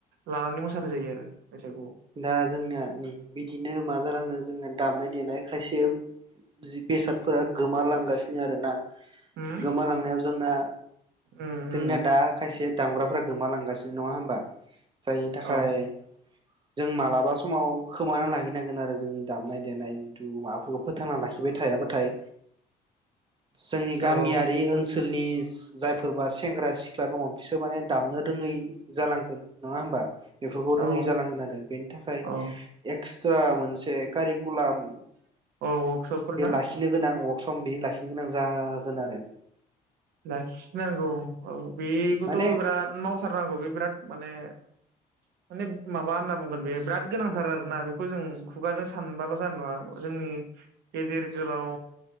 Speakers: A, on the right; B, on the right.
A: लानानै मोसानाय जायो आरो बैसागुआव
B: दा जोंना बिदिनो मा जालांदो जोंङो दामनाय देनाय खायसे जि बेसादफोरा गोमालांगासिनो आरो ना
A: उम
B: गोमालांनायाव जोंना
A: उम
B: जोंना
A: उम
B: दा खायसे दामग्राफ्रा गोमालांगासिनो नङा होनबा? जायनि थाखाय
A: औ
B: जों मालाबा समाव खोमाना लाहैनांगोन आरो जोंनि दामनाय देनाय जिथु माबाफोरखौ फोथांना लाखिबाय थायाबाथाय जोंनि गामियारि
A: औ
B: ओनसोलनि जायफोरबा सेंग्रा सिख्ला दङ बिसोर माने दामनो रोङै जालांगोन नङा होमबा बेफोरखौ रोङै
A: औ
B: जालांगोन आरो बेनि थाखाय
A: औ
B: एक्सट्रा मोनसे मोनसे कारिकुलाम
A: औ वर्कशपफोर ना
B: गोनां जागोन आरो।
A: लाखिनांगौ औ बेखौथ'
B: माने
A: बिराद मावथारनांगौ बे बिराद माने माने माबा होनना बुंगोन बेयो बिराद गोनांथार आरोना बेखौ जों खुगाजों सानबाल' जानाय नङा जोंनि गेदेर गोलाव